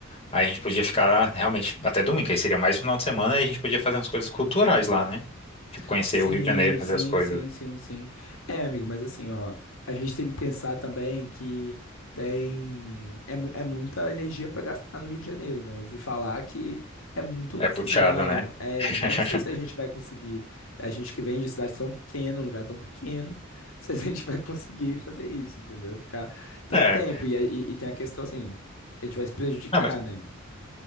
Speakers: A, on the left (about 30°); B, on the left (about 80°).
A: Aí a gente podia ficar realmente até domingo, aí seria mais final de semana e a gente podia fazer umas coisas culturais lá, né? Tipo, conhecer
B: Sim,
A: o Rio de Janeiro, fazer
B: sim,
A: as coisas.
B: sim, sim, sim. É, amigo, mas assim, ó, a gente tem que pensar também que tem é, mu- é muita energia para gastar no Rio de Janeiro, né? Eu ouvi falar que é muita
A: É
B: confusão.
A: puxado, né?
B: É,
A: <laughs>
B: eu não sei se a gente vai conseguir, a gente que vem de cidade tão pequena, um lugar tão pequeno, <laughs> se a gente vai conseguir fazer isso, entendeu? Ficar tanto
A: É,
B: tempo e, aí- e, e tem a questão assim, que a gente vai se prejudicar,
A: ah, mas-
B: né?